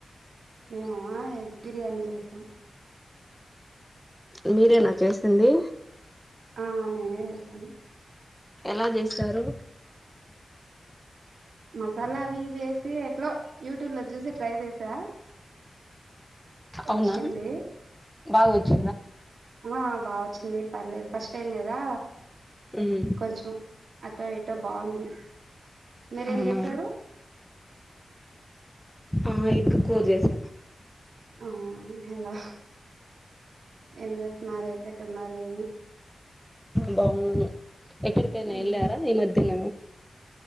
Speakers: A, on the right (about 85°); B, in the centre.
A: మేము ఎగ్ బిర్యానీ చేస్తాం
B: మీరే నాకేసింది
A: ఆ నేనే చేశాను
B: ఎలా చేస్తారు
A: మసాలా అవి వేసి ఎట్లా యూట్యూబ్ లో చూసి ట్రై చేసా
B: అవునా
A: వచ్చింది
B: బాగుచ్చు
A: ఆ బాగా వచ్చింది పర్లేదు ఫస్ట్ టైం కదా
B: ఉమ్
A: కొంచెం అట ఎటో బాగుంది మీరేం
B: అవునా
A: చేశారు
B: ఆ ఎగ్ కూర చేశా
A: ఆ హలో ఏం చేస్తున్నారు ఏటట్టు ఉన్నారు ఏమి
B: బాగును ఎక్కడికైనా
A: ఉమ్,
B: ఎళ్ళారా ఈ మధ్యన